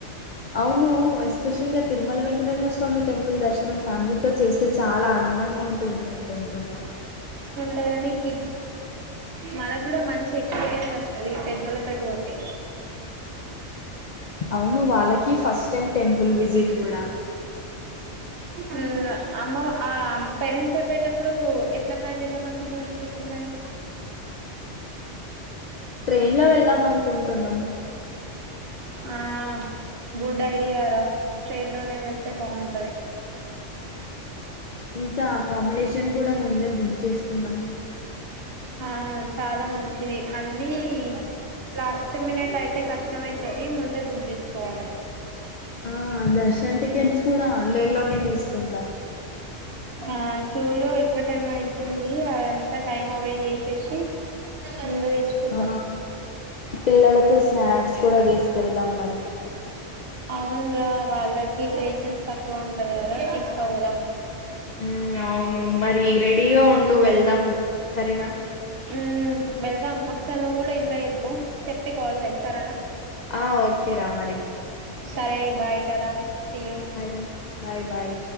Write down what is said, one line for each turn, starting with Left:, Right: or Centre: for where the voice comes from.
Left: అవును ఎస్పెషల్గా తిరుమల వెంకటేశ స్వామి టెంపు ల దర్శనం ఫ్యామిలీతో చేస్తే చాలా ఆనందంగా ఉంటుంది అనుకుంటున్నాను
Right: కానీమ్మ్ మనకు కూడా మంచి ఎక్స్పీరియన్స్ వస్తుది పెద్దళ్లతోటి పోతే
Left: అవును వాళ్ళకి ఫస్ట్ టైం టెంపుల్ విజిట్ కూడా
Right: మ్మ్ అమ్మ ఆ పేరెంట్స్ తో పెటప్పుడు ఎట్లా ప్లాన్ చేద్దాం అనుకుంటున్నా ట్రిప్ మరి
Left: ట్రైన్ లో వెళ్దాం అనుకుంటున్నాం
Right: ఆ గుడ్ ఐడియారా ట్రైన్ లోనే వెళ్తే బాగుంటది <inaudible>
Left: ఇంకా అకామిడేషన్ కూడా ముందే బుక్ చేసుకుందాం
Right: ఆ చాలా మంచి ది అన్ని లాస్ట్ మినిట్ అయి తే కష్టం అయితది ముందే బుక్ చేసుకోవాలి
Left: ఆ దర్శన్ టికెట్స్ కూడా అలల్లోనే తీసుకుందాం
Right: ఆ క్యూ లో ఎక్కువ టైం అయితుంది అదంతా టైం అవైడ్ చేసేసి ముందే తీసుకుందాం
Left: ఆ పిల్లలకు స్నాక్స్ కూడా తీసుకెళ్దాం మరి
Right: అవును రా వాళ్ళకి పేషెన్స్ తక్కువా ఉంటది కదా తీస్క పోదాం
Left: హ్మ్ అవును మరి రెడీగా ఉండు వెళ్దాం సరేనా
Right: హ్మ్ వెళ్దాం ఒకసారి నువ్వు గుడా ఇంట్లో చెప్పు చెప్పి కాల్ చెయ్ సరేనా
Left: ఆ ఓకె రా మరి
Right: సరే బాయ్ టాటా సీయూ
Left: మ్మ్ బాయ్ బాయ్